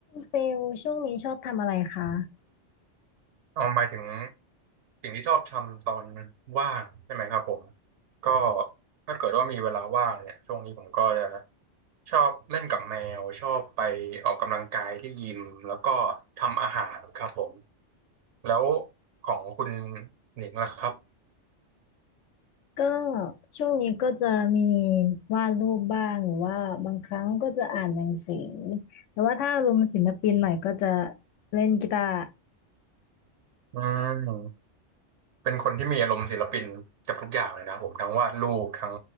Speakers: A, on the left; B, on the right.
A: เฟลช่วงนี้ชอบทำอะไรคะ
B: เอาหมายถึงสิ่งที่ชอบทำตอนว่างใช่ไหมครับผมก็ถ้าเกิดว่ามีเวลาว่างเนี่ยช่วงนี้ผมก็จะชอบเล่นกับแมวชอบไปออกกำลังกายที่ยิมแล้วก็ทำอาหารครับผมแล้วของคุณหนิงล่ะครับ
A: ก็ช่วงนี้ก็จะมีวาดรูปบ้างหรือว่าบางครั้งก็จะอ่านหนังสือแต่ว่าถ้าอารมณ์ศิลปินหน่อยก็จะเล่นกีตาร์
B: อืมเป็นคนที่มีอารมณ์ศิลปินกับทุกอย่างเลยนะผมทั้งวาดรูปทั้ง